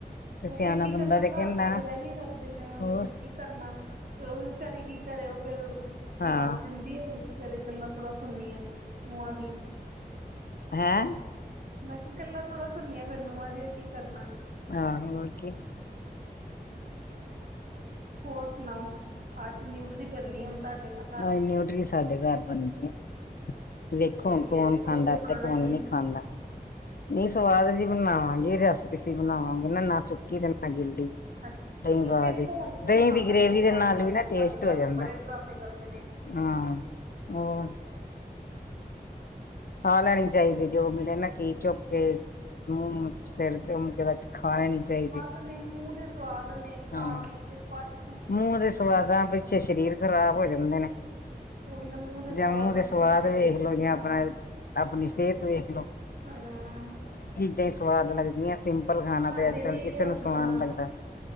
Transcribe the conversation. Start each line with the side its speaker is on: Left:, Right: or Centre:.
Left: ਤੇ
Right: ਓ
Left: ਸਿਆਣਾ
Right: ਫੇਰ ਕੀ ਕਰਨਾ
Left: ਬੰਦਾ ਤੇ
Right: ਘਰ
Left: ਕਹਿੰਦਾ
Right: ਦੇ ਫੇਰ
Left: ਨਾ
Right: ਐਹੀ ਕਰਦੇ ਨੇ, ਓ
Left: ਹੋਰ
Right: ਫਿਰ ਕੀ ਕਰਨਾ, ਫਿਰ ਉਹ ਵੀ ਵਿਚਾਰੀ ਕੀ ਕਰੇ, ਓ ਫੇਰ ਬਣਾ
Left: ਹਾਂ
Right: ਦਿੰਦੀ ਏ, ਹੁਣ ਕੀ ਕਰੇ ਗੱਲਾਂ ਥੋੜਾ ਸੁਣਨੀਆਂ ਨੂੰਹਾਂ ਦੀਆਂ।
Left: ਹੈਂ?
Right: ਮੈਂ ਕਿਹਾ ਗੱਲਾਂ ਥੋੜਾ ਸੁਣਨੀਆਂ ਫੇਰ ਨੂੰਆ ਦੀਆਂ ਕੀ ਕਰਨਾ।
Left: ਹਾਂ, ਹੋਰ ਕੀ।
Right: ਹੋਰ ਸੁਣਾਓ, ਅੱਜ ਨਿਊਟਰੀ ਬਣਨੀ ਆ ਹੁਣ ਤੁਹਾਡੇ ਘਰ?
Left: ਅੱਜ ਨਿਊਟਰੀ ਸਾਡੇ ਘਰ ਬਣਣੀ ਆ।
Right: ਚਲੋ
Left: ਵੇਖੋ
Right: ਵਧੀਆ
Left: ਹੁਣ ਕੌਣ
Right: ਕੁਛ
Left: ਖਾਂਦਾ
Right: ਖਾਣਾ
Left: ਤੇ ਕੌਣ
Right: ਹੀ
Left: ਨਹੀਂ
Right: ਹੈ
Left: ਖਾਂਦਾ। ਨਹੀਂ ਸਵਾਦ ਜਹੀ ਬਣਾਵਾਂਗੇ, ਰਸ ਪੀਸੀ ਬਣਾਵਾਂਗੇ ਨਾ, ਨਾ ਸੁੱਕੀ ਤੇ ਨਾ ਗਿੱਲੀ। ਦਹੀਂ
Right: ਅੱਛਾ ਚਲੋ
Left: ਪਾ
Right: ਵੇਖੋ
Left: ਕੇ,
Right: ਹੁਣ ਕੌਣ
Left: ਦਹੀਂ
Right: ਖਾਂਦਾ
Left: ਦੀ ਗ੍ਰੇਵੀ
Right: ਕੌਣ
Left: ਦੇ
Right: ਡਰਾਮੇ
Left: ਨਾਲ
Right: ਕਰਦਾ
Left: ਵੀ
Right: ਸਾਡੇ
Left: ਟੇਸਟ
Right: ਘਰ
Left: ਹੋ ਜਾਂਦਾ।
Right: ਤੇ ਬੜੇ ਡਰਾਮੇ ਕਰਦੇ ਨੇ
Left: ਹਾਂ, ਹੋਰ। ਖਾ ਲੈਣੀ ਚਾਹੀਦੀ ਜੋ ਮਿਲੇ ਨਾ ਚੀਜ਼ ਚੁਪ ਕੇ ਮੂ ਸਿਰ ਚੁੰਮ ਕੇ ਬਸ ਖਾ ਲੈਣੀ ਚਾਹੀਦੀ।
Right: ਕੇ ਨਹੀਂ ਮੂੰਹ ਦੇ ਸਵਾਦ ਨੇ, ਖਾ
Left: ਹਾਂ।
Right: ਪੀ ਕੇ, ਪੱਚ
Left: ਮੂੰਹ ਦੇ ਸਵਾਦਾਂ ਪਿੱਛੇ ਸਰੀਰ ਖ਼ਰਾਬ ਹੋ ਜਾਂਦੇ ਨੇ।
Right: ਉਹੀ ਨਾ ਮੂੰਹ ਦੇ ਸਵਾਦ
Left: ਜਾਂ ਮੂੰਹ ਦੇ
Right: ਨੇ ਕਿਸੇ
Left: ਸਵਾਦ
Right: ਨੇ
Left: ਵੇਖ
Right: ਕੁਛ
Left: ਲੋ
Right: ਨੀ ਖਾਣਾ
Left: ਜਾਂ ਆਪਣਾ ਆਪਣੀ ਸਿਹਤ ਵੇਖਲੋ।
Right: <unintelligible>
Left: ਤੇ ਸਵਾਦ ਲੱਗਦੀਆਂ, ਸਿੰਪਲ ਖਾਣਾ
Right: ਸਾਡੇ
Left: ਤੇ ਅੱਜ ਕੱਲ
Right: ਵੀ
Left: ਕਿਸੇ ਨੂੰ
Right: ਆਪਣਾ
Left: ਸਵਾਦ ਨੀ ਲੱਗਦਾ।